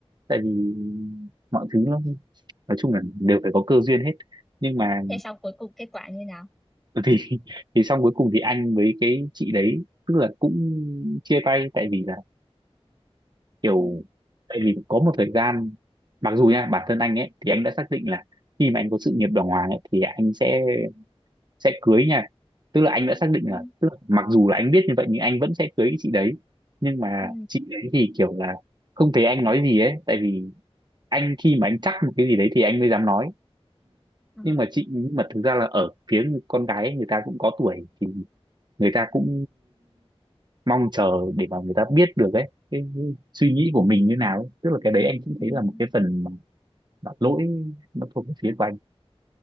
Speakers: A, on the right; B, in the centre.
A: tại vì mọi thứ nó nói chung là đều phải có cơ duyên hết nhưng mà
B: thế xong cuối cùng kết quả như nào
A: thì <laughs> thì xong cuối cùng thì anh với cái chị đấy tức là cũng chia tay tại vì là kiểu
B: ừ.
A: tại vì có một thời gian mặc dù nha bản thân anh ấy thì anh đã xác định là khi mà anh có sự nghiệp đàng hoàng ấy, thì anh sẽ
B: ừ,
A: sẽ cưới nha tức là anh đã xác định là
B: ừ.
A: tức là mặc dù là anh biết như vậy nhưng anh vẫn sẽ cưới cái chị đấy nhưng mà
B: ừ
A: chị đấy thì kiểu là không thấy anh nói gì ấy tại vì anh khi mà anh chắc một cái gì đấy thì anh mới dám nói
B: ờ,
A: nhưng mà chị nhưng mà thực ra là ở phía con gái ấy, người ta cũng có tuổi thì người ta cũng mong chờ để mà người ta biết được ấy cái, cái suy nghĩ của mình như nào ấy. tức là cái đấy anh cũng
B: ừ
A: thấy là một cái phần mà mà lỗi nó thuộc về phía của anh